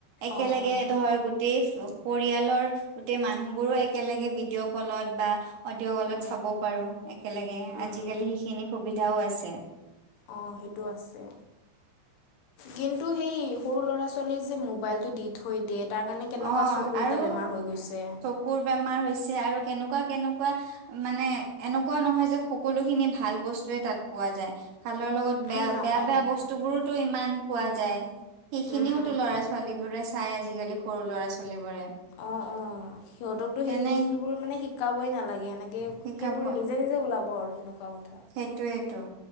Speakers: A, on the right (about 65°); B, on the left (about 80°).
A: একেলগে
B: অঁ অঁ
A: ধৰ গোটেই পৰিয়ালৰ গোটেই মানুহ বোৰো একেলগে ভিডিঅ' কলত বা অডিঅ' কলত
B: উম
A: চাব পাৰোঁ একেলগে
B: উম
A: আজিকালি
B: উম
A: সিখিনি সুবিধাও আছে।
B: অ সেইটো আছে, কিন্তু সেই সৰু লৰা ছ ছোৱালী যে মবাইলটো দি থৈ দিয়ে তাৰ কাৰণে কেনকুৱা
A: অ'
B: চকুৰ
A: আৰু
B: এটা বেমাৰ হৈ গৈছে।
A: চকুৰ বেমাৰ হৈছে আৰু কেনকুৱা কেনকুৱা মানে এনকুৱা নহয় যে সকলোখিনি ভাল বস্তুয়ে তাত পোৱা যায়। ভালৰ লগত বেয়া,
B: উম নাপায়
A: বেয়া বেয়া
B: নাপায়
A: বস্তু বোৰোতো ইমান পোৱা যায়। সেইখিনিওতো
B: উম
A: ল'ৰা ছোৱালী বোৰে চাই আজিকালি। সৰু ল'ৰা ছোৱালীবোৰে
B: অ অ সিহঁতকতো
A: তেনে
B: সেই বস্তু বোৰ মানে শিকাবই নালাগে এনেক কে
A: শিকাব
B: সেইবোৰ নিজে নিজে ওলাব আৰু সেনকুৱা কথা।
A: সেইটোৱেতো।